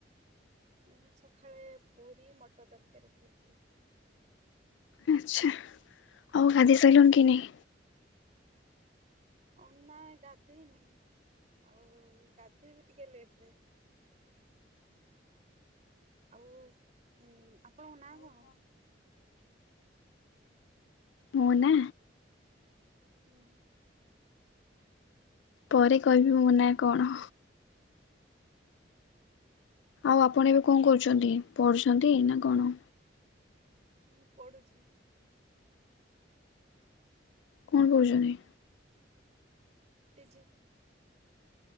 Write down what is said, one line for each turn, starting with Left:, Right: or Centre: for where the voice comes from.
Right: ମୁଁ ସକାଳେ ପୁରୀ ମଟର ତରକାରୀ ଖାଇଥିଲି।
Left: ଆଛା ଆଉ ଗାଧୋଇ ସାରିଲଣି କି ନାହିଁ।
Right: ଅ ନା ଗାଧେଇନି ଆଉ ଗାଧେଇବି ଟିକେ ଲେଟ ରେ। ଆଉ ଉଁ ଆପଣଙ୍କ ନାଁ କଣ?
Left: ମୋ ନା।
Right: ହୁଁ।
Left: ପରେ କହିବି ମୋ ନା କଣ?
Right: ଓ।
Left: ହଉ ଆପଣ ଏବେ କଣ କରୁଚନ୍ତି ପଢୁଛନ୍ତି ନା କଣ?
Right: ମୁଁ ପଢ଼ୁଚି।
Left: କଣ ପଢୁଛନ୍ତି?
Right: ହୁଁ ପିଜି।